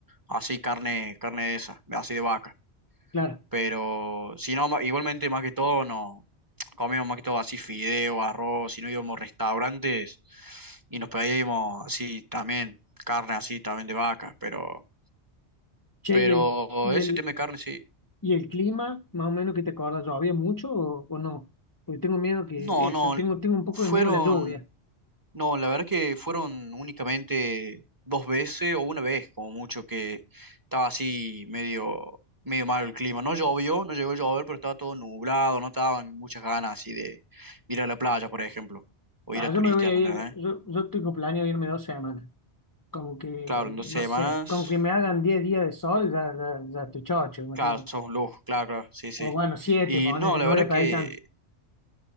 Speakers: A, on the right (about 20°); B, on the left (about 25°).
A: así carne, carne de esa, así de vaca.
B: claro.
A: Pero si no, ma- igualmente más que todo, no. Comíamos más que todo así fideo, arroz, si no íbamos a restaurantes y nos pedíamos así también, carne así también de vaca, pero,
B: Che,
A: pero
B: y el, y
A: ese
B: el,
A: tema de carne sí.
B: ¿Y el clima, más o menos, que te acordás? ¿Llovía mucho o, o no? Porque tengo miedo que
A: No, no,
B: eso, tengo, tengo un poco
A: fueron,
B: de miedo a la lluvia.
A: no, la verdad que fueron únicamente dos veces o una vez como mucho que estaba así medio, medio mal el clima. No llovió, no llegó a llover, pero estaba todo nublado, no estaban muchas ganas así de ir a la playa, por ejemplo, o
B: Ah,
A: ir a turistear,
B: yo me voy a
A: ¿me
B: ir,
A: entendés?
B: yo, yo tengo planeado irme dos semanas. Como que,
A: Claro, en dos
B: no
A: semanas,
B: sé, como que me hagan 10 días de sol, ya, ya, ya estoy chocho, imagínate.
A: claro, sos un lujo, claro, claro, sí, sí.
B: O bueno, 7
A: Y
B: ponele,
A: no, la
B: no
A: verdad
B: voy a pedir
A: que
B: tanto.